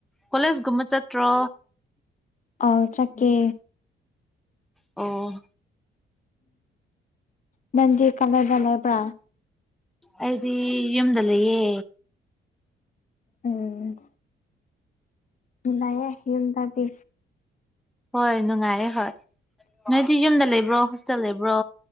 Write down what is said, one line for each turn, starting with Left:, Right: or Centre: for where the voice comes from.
Centre: ꯀꯣꯂꯦꯖ ꯀꯨꯝꯕ ꯆꯠꯇ꯭ꯔꯣ
Left: ꯑꯣ ꯆꯥꯠ ꯀꯦ
Centre: ꯑꯣ
Left: ꯅꯪꯗꯤ ꯀꯗꯥꯏꯗ ꯂꯩꯕꯔꯥ
Centre: ꯑꯩꯗꯤ ꯌꯨꯝꯗ ꯂꯩꯌꯦ
Left: ꯎꯝ ꯅꯨꯡꯉꯥꯏꯔꯦ ꯌꯨꯝꯗꯥꯗꯤ
Centre: ꯍꯣꯏ ꯅꯨꯡꯉꯥꯏꯌꯦ ꯍꯣꯏ ꯅꯣꯏꯗꯤ ꯌꯨꯝꯗ ꯂꯩꯕ꯭ꯔꯣ ꯍꯣꯁꯇꯦꯜ ꯂꯩꯕ꯭ꯔꯣ